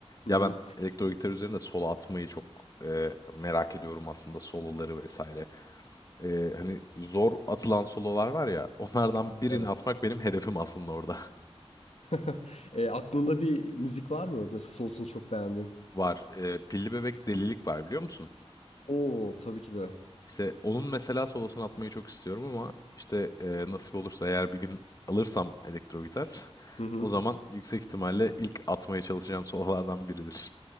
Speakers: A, on the left (about 85°); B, on the left (about 35°).
A: Hı
B: Ya
A: hı.
B: ben elektro gitar üzerinde solo atmayı çok e, merak ediyorum aslında soloları vesaire. E, hani zor atılan sololar var ya onlardan birini
A: Evet.
B: atmak benim hedefim aslında orada.
A: <laughs> Eee, aklında bir müzik var mı? Mesela Souls'unu çok beğendin.
B: <laughs> Var. E, Pilli Bebek Delilik var biliyor musun?
A: Oo tabii ki de.
B: İşte onun mesela solosunu atmayı çok istiyorum ama işte e, nasip olursa eğer bir gün alırsam elektro gitar <laughs>
A: Hı hı.
B: o zaman yüksek ihtimalle ilk atmaya çalışacağım sololardan biridir.